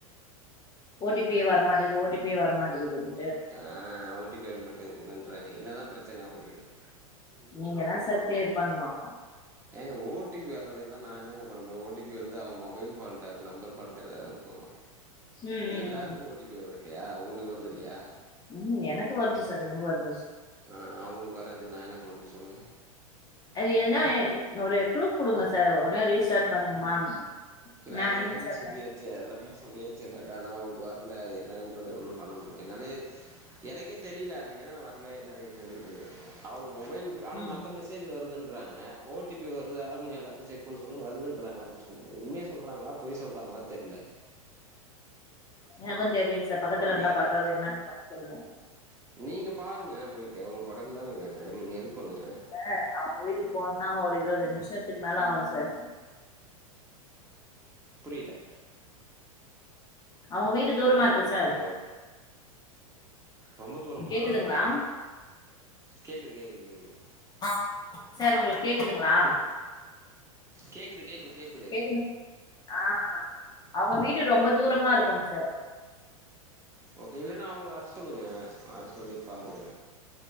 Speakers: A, on the left; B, on the right.
A: ஓ டி பி யே வரமாட்டுது ஓ டி பி யே வர மாட்டுகுதுன்டு
B: அ ஓ டி பி வர மாட்டேங்குதுன்றாங்க என்ன தா பிரச்சன அவங்ளுக்கு
A: நீங்க தா சார் கிளியர் பண்ணும்
B: எங்க ஓ டி பி வரதுக்கெல்ல நா எண்ணங்க பண்ண முடியும் ஓ டி பி வந்து அவங்க மொபைல் ஃபால்ட்டா இருக்கும் நம்பர் ஃபால்ட் எதாது இருக்கும்
A: ம் ம்
B: எல்லோருக்கும்
A: ம்
B: ஓ டி பி வரது இலயா உங்ளுக்கு வருது இலயா
A: ம் எனக்கு வருது சார் எனக்கு வருதுங் சார்
B: அ அவுங்ளுக் வராதுக்கு நா என்ன பண்ண முடியும் சொல்லுங்க
A: அது எனா ஒரு குளு குடுங்க சார் உடனே ரீஷாட் பண்ணுங்கமா
B: இல்ல
A: நா
B: அது எல்லாமே
A: ரீஸ்டார்ட்
B: சொல்லியாச்
A: பண்
B: ச்ச எல்லாமே சொல்லியாச்சு பட் ஆனா அவுங்ளுக் வர்ல அது என்னன்றது ஒண்ணும் பண்ண முடியும் என்னாலயே எனக்கே தெரில அது ஏ வர்ல என்ன ரீசன்றது அவுங் மொபைல் ஆனா
A: ம்
B: மத்த மெசேஜ் வருதுன்றாங்க ஓ டி பி வருதானு எல்லாத்து செக் ஒண்ணு சொன்ன வருதுன்றாங்க அது சும் உண்மைய சொல்றாங்களா பொய் சொல்றாங்களா தெர்ல
A: எனக்கும் தெரிலீங் சார் பக்கத்துல இருந்தா
B: வேற
A: பாத்தாத என்னான்னு <unintelligible> தெரியு
B: நீங்க பாருங்க போய்ட்டு உங்க பக்கத்ல தான இருக்காங்க நீங்க ஹெல்ப் பண்ணுங்க
A: இல்ல அவுங்க வீட்டுக்கு போன்னா ஒரு இருவது நிமிஷத்துக் மேல ஆவு சார்
B: புரில
A: அவுங்க வீடு தூரமா இருக்கு சார்
B: ஹலோ ரொம்ப தூரமா
A: கேக்குதுங்களா
B: கேட்குது கேட்குது கேட்குது
A: அ சார் உங்களுக் கேக்குதுங்ளா
B: கேக்குது கேக்குது கேக்
A: கேக்குது ஆ ஆ அவுங்க வீடு ரொம்ப தூரமா இருக்குங் சார்
B: ஓகே இல்லனா அவுங்ள வர சொல்லுங்க வர சொல்லி பாருங்க